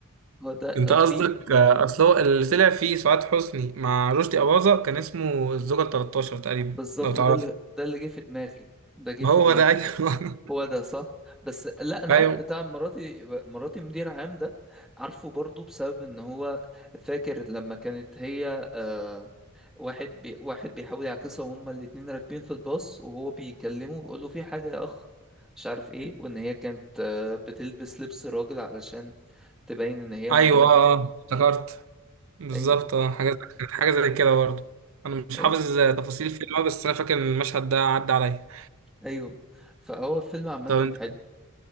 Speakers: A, in the centre; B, on the right.
A: هو ده
B: انت قصدك
A: فيه
B: آه، اصل هو اللي طلع فيه سعاد حسني مع رشدي اباظة كان اسمه الزوجة ال 13 تقريبا
A: بالظبط
B: لو تعرفه
A: ده اللي ده اللي جه في دماغي ده جه
B: هو
A: في دماغي
B: ده ايوه <laughs>
A: هو ده صح بس لا انا
B: ايوه
A: عارف بتاع مراتي مراتي مدير عام ده عارفه برضه بسبب ان هو فاكر لما كانت هي آه، واحد بي... واحد بيحاول يعكسها وهما الاتنين راكبين في الباص وهو بيكلمه ويقول له في حاجة يا أخ مش عارف إيه وإن هي كانت آه، بتلبس لبس راجل علشان تبين إن هي
B: ايوه
A: مدير
B: اه آه، افتكرت بالظبط
A: أيوه
B: اه حاجه كانت حاجه زي كده برضه انا مش
A: أيوه
B: حافظ تفاصيل الفيلم أوي، بس انا فاكر ان المشهد ده عدى عليا
A: أيوه فهو الفيلم عامة
B: طب انت
A: حلو